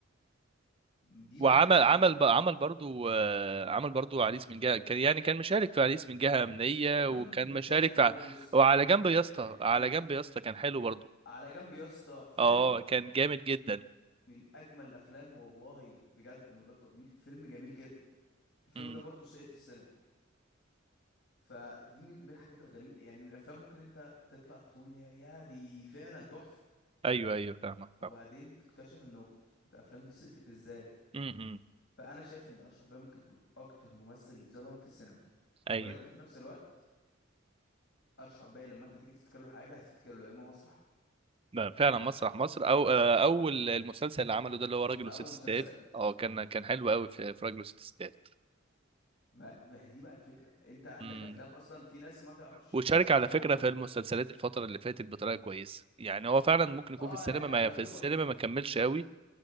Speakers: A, on the left; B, on the right.
A: دي
B: وعمل
A: من الحاجات الغريبة
B: عمل ب- عمل برضو آه، عمل برضو عريس من جهه كان يعني كان مشارك في عريس من جهه امنيه
A: وكان
B: وكان مشارك
A: مشارك في
B: في
A: بوبوس
B: ع- وعلى جنب
A: مشارك
B: يا اسطى
A: حاجات خفيفة
B: على جنب يا اسطى كان حلو برضو
A: على جنب يا اسطى فيلم
B: اه كان جامد جدا
A: من أجمل الأفلام والله بجد من غير تطبيل فيلم جميل جدا الفيلم
B: امم
A: ده برضو سقط في السينما فدي من من الحاجات الغريبة يعني الأفلام ممكن أنت تطلع تقول إن هي يا دي فعلا تحفة
B: ايوه ايوه فاهمك
A: وبعدين
B: فاهمك
A: تكتشف إنه الأفلام دي سقطت إزاي
B: امم امم.
A: فانا شايف ان اشرف عباية ممكن يكون اكتر ممثل اتظلم في السينما
B: ايوه
A: ولكن في نفس الوقت اشرف عباية لما انت هتيجي تفتكر له حاجه هتفتكر له يا اما مسرح
B: لا فعلا مسرح مصر او آه، اول المسلسل اللي عمله ده اللي هو راجل وست
A: او مسلسلات
B: ستات اه كان كان حلو قوي في في راجل وست ستات
A: ما ما هي دي بقى الفكره انت عندك
B: امم
A: افلام اصلا في ناس ما تعرفش
B: وشارك
A: ان اشرف
B: على
A: عباية
B: فكره
A: عملها
B: في المسلسلات الفتره اللي فاتت بطريقه كويسه يعني هو فعلا ممكن يكون
A: اه
B: في السينما
A: يعني
B: ما
A: على
B: في
A: كبر
B: السينما
A: إيه،
B: ما كملش قوي